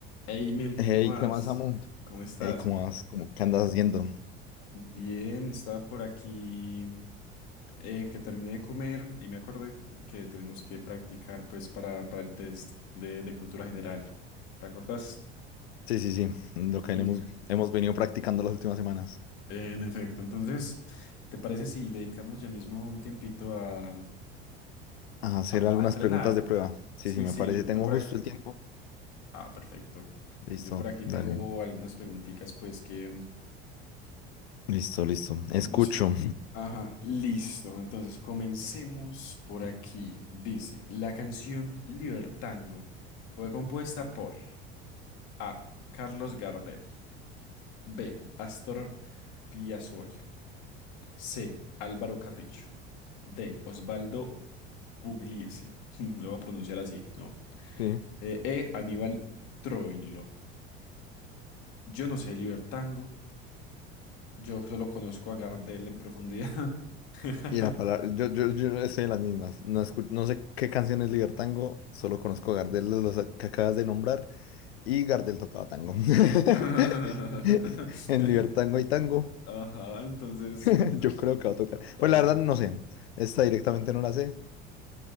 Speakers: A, on the left (about 60°); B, on the left (about 85°).
A: Hey Melkin,
B: Hey,
A: ¿qué más?
B: ¿qué más, amo?
A: ¿Cómo estás?
B: Hey, ¿cómo vas? ¿Cómo, qué andas haciendo?
A: Bien, estaba por aquí eh, que terminé de comer y me acordé que tenemos que practicar pues para, para el test de, de cultura general. ¿Te acuerdas?
B: Sí, sí, sí, lo que
A: L-
B: hemos, hemos venido practicando las últimas semanas.
A: En efecto, entonces, ¿te parece si le dedicamos ya mismo un tiempito a, a-
B: A hacer algunas
A: a entrenar?
B: preguntas de prueba. Sí,
A: Sí,
B: sí, me
A: sí,
B: parece.
A: yo,
B: Tengo
A: yo por
B: justo
A: aquí.
B: el tiempo.
A: Ah, perfecto.
B: Listo,
A: Yo por aquí
B: dale.
A: tengo algunas preguntitas pues que,
B: Listo, listo. Escucho.
A: No sirve. Ajá, listo. Entonces, comencemos por aquí. Dice, la canción Libertango fue compuesta por A. Carlos Gardel. B. Astor Piazzolla. C. Álvaro Carrillo. D. Osvaldo Pugliese. <laughs> Lo voy a pronunciar así, ¿no?
B: Sí.
A: Eh, E. Aníbal Troilo. Yo no sé Libertango. Yo solo conozco a Gardel en profundidad. <laughs>
B: Y la palabra, yo, yo, yo estoy en las mismas. No, escu- no sé qué canción es Ligar Tango, solo conozco Gardel, los que acabas de nombrar, y Gardel tocaba tango.
A: <laughs>
B: <laughs> En Ligar Tango hay tango,
A: Ajá, entonces
B: <laughs>
A: n-
B: Yo creo
A: n-
B: que va a tocar.
A: puede
B: Pues la
A: ser.
B: verdad no sé. Esta directamente no la sé.